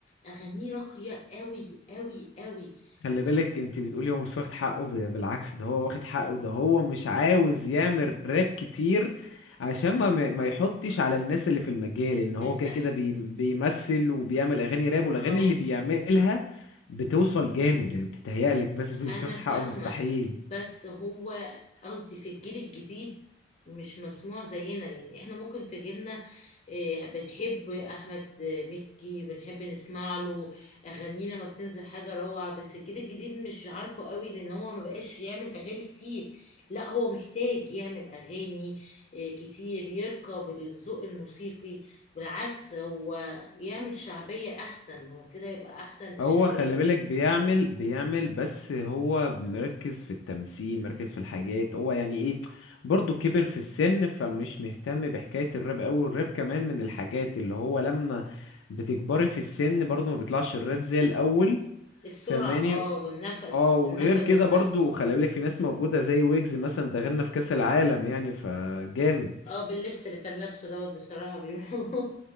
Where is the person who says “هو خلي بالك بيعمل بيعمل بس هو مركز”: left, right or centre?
Left